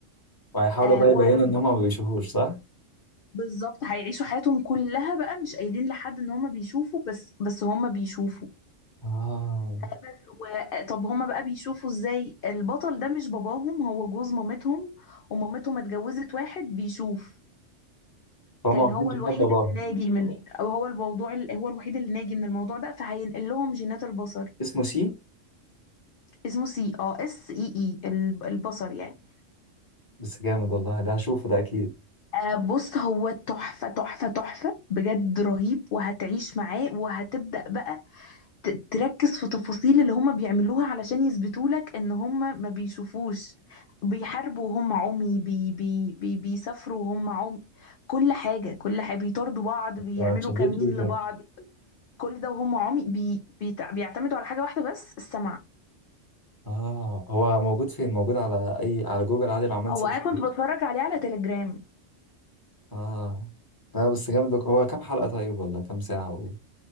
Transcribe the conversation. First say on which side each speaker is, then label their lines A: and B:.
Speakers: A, on the left; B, on the left.
A: وهيحاولوا
B: آه
A: بقى
B: وهيفضل
A: يبينوا ان هما ما بيشوفوش صح؟
B: بالظبط هيعيشوا حياتهم كلها بقى مش قايلين لحد ان هما بيشوفوا بس بس هما بيشوفوا
A: اه
B: بس و... طب هما بقى بيشوفوا ازاي البطل ده مش باباهم هو جوز مامتهم ومامتهم اتجوزت واحد بيشوف
A: فهم
B: كان
A: واخدين
B: هو
A: جناب
B: الوحيد
A: باباهم
B: اللي ناجي من او هو الموضوع ال... هو الوحيد اللي ناجي من الموضوع ده فهينقل لهم جينات البصر
A: اسمه سي
B: اسمه سي اه اس اي اي الب- البصر يعني
A: بس جامد والله ده هشوفه ده اكيد
B: آه بص هو تحفة تحفة تحفة بجد رهيب وهتعيش معاه وهتبدأ بقى ت- تركز في تفاصيل اللي هم بيعملوها علشان يثبتوا لك ان هم ما بيشوفوش بيحاربوا وهم عمي بي بي بي بيسافروا وهم عمي كل حاجة كل حاجة بيطاردوا بعض بيعملوا
A: آه، اتشددت
B: كمين
A: ليه كده
B: لبعض كل ده وهم عمي بي بيتع- بيعتمدوا على حاجة واحدة بس السمع
A: اه هو موجود فين؟ موجود على اي على جوجل عادي لو عملت
B: هو
A: سيرش
B: انا كنت
A: فيه
B: بتفرج عليه على تليجرام
A: اه لا بس جامد لك هو كام حلقة طيب ولا كام ساعة وايه؟